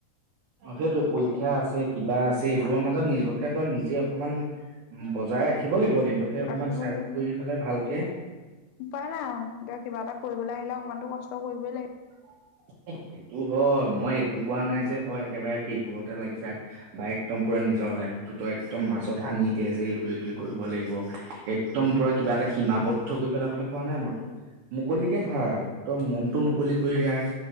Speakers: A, on the right; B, on the left.
A: সেইটো পৰীক্ষা
B: এ
A: আছে কিবা আছে এইবোৰৰ মাজত
B: উম
A: নিজকে তই নিজে অকমান বজাই ৰাখিব লাগিব। নিজকে অকমান
B: ৰাখিব
A: চাইড
B: লাগিব
A: কৰি
B: সেইটো
A: পেলাই
B: উপায়
A: ভালকে
B: উপায় নাই আৰু এতিয়া কিবা এটা কৰিবলৈ আহিলে অকমানটো কষ্ট কৰিবই লাগিব।
A: <inaudible> সেইটো হয়, মই এইটো কোৱা নাই যে তই একেবাৰে সেইবোৰতে লাগিছ বা একদম পুৰা নিজ- লাইফটো একদম মাজত আনি দিয়ে যে এইটো এইটোৱে কৰিব লাগিব একদম পৰে কিবা এটা সীমাত, আৱদ্ধ কৰি পেলাবলৈ কোৱা নাই মই তোক, মুকলিকে থাক তই মন, টো মুকলি কৰি ৰাখ